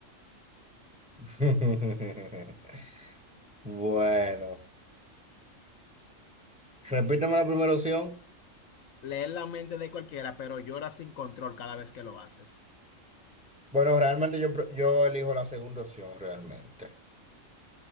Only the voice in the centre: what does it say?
<laughs> Bueno, repíteme la primera opción.
Bueno, realmente yo, pre- yo elijo la segunda opción, realmente.